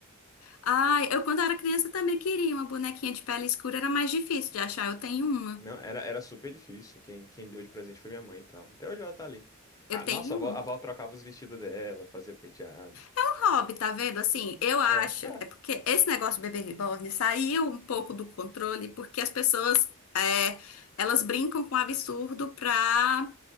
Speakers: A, on the left; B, on the left.
A: Ai, eu quando era criança também queria uma bonequinha de pele escura, era mais difícil de achar. Eu tenho uma.
B: Não, era, era super difícil. Quem, quem deu de presente foi minha mãe e tal. Até hoje ela tá ali.
A: Eu
B: Ah,
A: tenho
B: nossa, a avó,
A: uma.
B: a avó trocava os vestidos dela, fazia penteado.
A: É um hobby, tá vendo? Assim, eu acho.
B: É, é.
A: É porque esse negócio de bebê reborn saiu um pouco do controle porque as pessoas, é, elas brincam com o absurdo pra